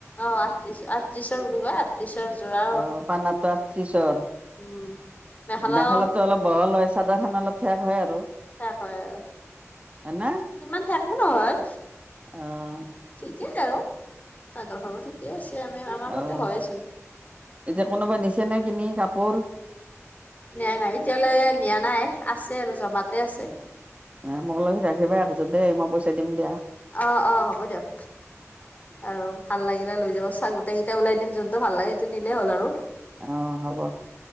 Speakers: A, on the left; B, on the right.
A: অ আঠ্ৰিশ আঠত্ৰিশৰ বুলি কয়। তি ছৰ জোৰা।
B: অ পানাতটো আশিছৰ
A: উম মেখেলাও
B: মেখেলাটো অলপ বহল চাদৰ খান অলপ ঠেক হয় আৰু
A: ত হয় আৰু
B: হয় না
A: সিমান ঠেকো নহয়।
B: অ',
A: ঠিকেই আৰু চাদৰখনো ঠিকেই আছে আমি আমাৰ
B: অ',
A: মতে হয় আচোন।
B: এতিয়া কোনোবা নিছে নে কিনি কাপোৰ।
A: নিয়াই নাই এতিয়ালৈ নিয়া নাই আছে আৰু জমাতে আছে।
B: এ মোক লগি ৰাখিবা একযোৰ দেই মই পইচা দিম দিয়া।
A: অ অ হ'ব দিয়ক। আৰু ভাল লাগিলে লৈ যাব গোটেই কেইটা ওলাই দিম যোনটো ভাল লাগে সেইটো নিলেই হ'ল আৰু
B: অ হ'ব।